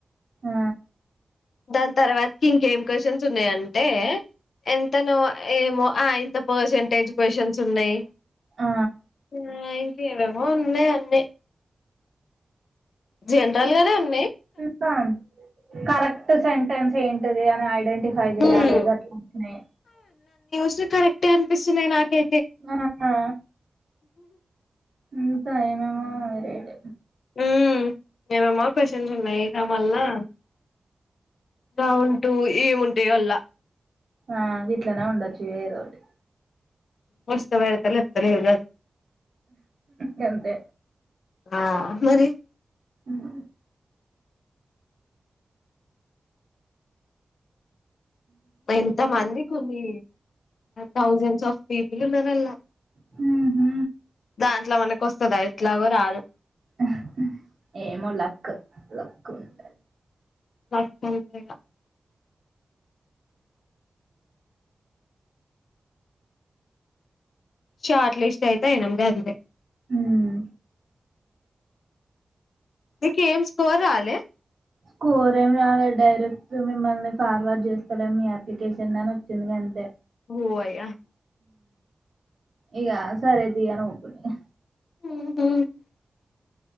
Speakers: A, on the right (about 70°); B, on the left (about 90°).
A: ఆ
B: దాని తర్వాతకి ఇంకేం క్వశ్చన్స్ ఉన్నాయంటే ఎంతనో ఏమొ ఆయింత పర్సంటేజ్ క్వశ్చన్స్ ఉన్నాయి
A: ఆ
B: ఆ ఇంకేవేవో ఉన్నయవ్వే జనరల్ గనే ఉ
A: ఫుల్ ఫామ్ కరెక్ట్ సెంటెన్స్ ఏంటిది అని ఐడెంటిఫై చెయాలి
B: ఉమ్
A: గట్లుండే
B: ష్ కరెక్టే అనిపిస్తున్నాయి నాకే
A: మరన్నా ఇంకా ఏమేమొ రడ్
B: మ్ ఏమేమో క్వశ్చన్స్ ఉన్నాయి కా మల్లా రౌండ్ టు ఏముంటయల్ళ
A: ఆ గీట్లనే ఉండొచ్చు ఏదోటి
B: వస్తె పెడుతా లేకపోతే లేదు గం
A: గంతే
B: ఆ మరి
A: మ్
B: ఎంత మంది కొన్ని థౌజండ్స్ ఆఫ్ పీపుల్ ఉన్నరల్లా
A: హు హు
B: దాంట్ల మనకొస్తదా ఎట్లాగో రాదు
A: ఆహ్ ఏమో లక్ లక్కుంటది.
B: నాకు ఇంతేంగ షార్ట్ లిస్టైతైనందదిదే
A: హ్మ్
B: నీకేం స్కోర్ రాలే
A: స్కోరేం రాలే డైరెక్ట్ మిమ్మల్ని ఫార్వర్డ్ జేస్తలేం మీ అప్లికేషన్నని ఒచ్చిందంతే
B: ఓయ్యా
A: ఇగా సరే తియ్యని ఉకున్నిగా
B: ఉహు